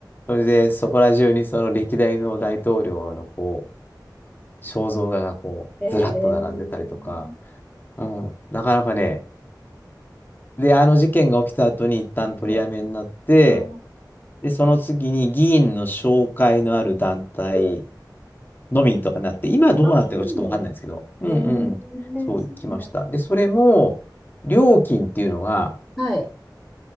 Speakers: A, on the left; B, in the centre.
A: それで、そこら中にその歴代の大統領のこ肖像画がこう、
B: ええ
A: ずらっと並んでたりとか、うん、なかなかね、で、あの事件が起きた後に一旦取りやめになって、
B: はい。ああ、
A: で、その次に議員の紹介のある団体のみとかなって、今どうなってるかちょっとわかんないんですけど、
B: ああ、そうなんですね。
A: うんうんうん、
B: ええそうなん
A: そう行きました。で、それも、料金っていうのが、
B: だ。はい。